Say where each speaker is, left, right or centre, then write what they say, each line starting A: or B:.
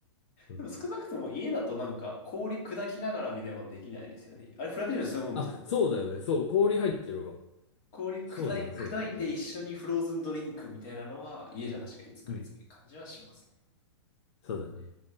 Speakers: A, on the left (about 65°); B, on the left (about 40°).
A: そう
B: でも少なくとも家だとなんか氷砕きながらみたいなことできないですよね。あれフラペチーノってそういうもんですよね。
A: あ、そうだよね。そう、氷入ってるわ。
B: 氷砕い、
A: そうじゃん、そうじゃん。
B: 砕いて一緒にフローズンドリンクみたいなのは家じゃ確かに作りづらい感じはしますね。
A: うん、そうだね。